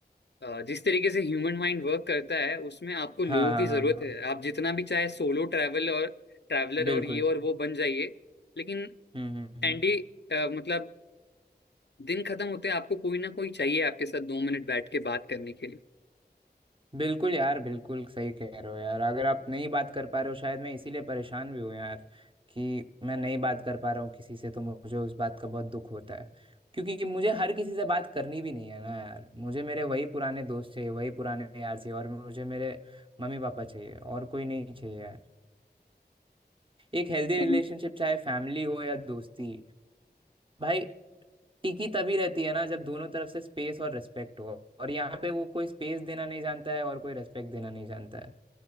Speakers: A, on the left; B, on the right.
A: अ, जिस तरीके से ह्यूमन माइंड वर्क करता है उसमें आपको
B: हाँ
A: लोगों
B: हाँ
A: की जरूरत
B: हाँ हाँ
A: है आप जितना भी चाहे सोलो ट्रैवल और ट्रैवलर
B: बिल्कुल
A: और ये और वो बन जाइए लेकिन
B: हम्म हम्म
A: एंडी
B: हम्म
A: अ, मतलब दिन खत्म होते हैं आपको कोई ना कोई चाहिए आपके साथ दो मिनट बैठ के बात करने के लिए
B: बिल्कुल यार बिल्कुल सही कह रहे हो यार अगर आप नहीं बात कर पा रहे हो शायद मैं इसीलिए परेशान भी हूँ यार कि मैं नहीं बात कर पा रहा हूँ किसी से तो मुझे उस बात का बहुत दुख होता है क्योंकि मुझे हर किसी से बात करनी भी नहीं है ना यार मुझे मेरे वही पुराने दोस्त चाहिए वही पुराने यार चाहिए और मुझे मेरे मम्मी पापा चाहिए और कोई नहीं चाहिए यार एक हेल्दी
A: सम,
B: रिलेशनशिप चाहे फैमिली हो या दोस्ती भाई टिकी तभी रहती है ना जब दोनों तरफ से स्पेस और रेस्पेक्ट हो और यहाँ पे वो कोई स्पेस देना नहीं जानता है और कोई रेस्पेक्ट देना नहीं जानता है